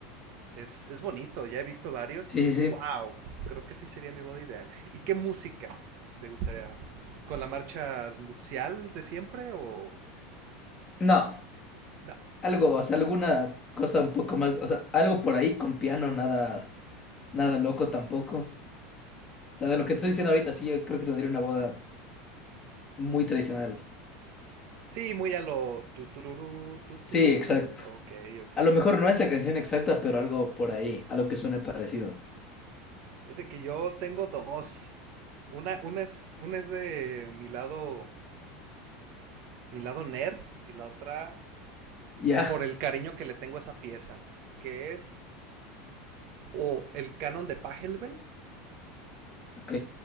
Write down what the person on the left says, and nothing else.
Sí,
sí, sí.
No,
algo, o sea, alguna cosa un poco más, o sea, algo por ahí con piano, nada, nada loco tampoco. sabes lo que te estoy diciendo ahorita, sí, yo creo que tendría una boda muy tradicional.
Sí, exacto.
A lo mejor no esa canción exacta, pero algo por ahí, algo que suene parecido.
Ya,
ok.